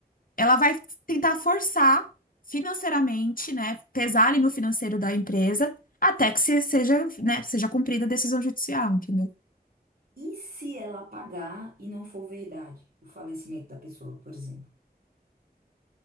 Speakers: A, on the left; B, on the right.
A: Ela vai tentar forçar financeiramente, né? Pesar ali no financeiro da empresa, até que se- seja, né, seja cumprida a decisão judicial, entendeu?
B: E se ela apagar e não for verdade o falecimento da pessoa, por exemplo?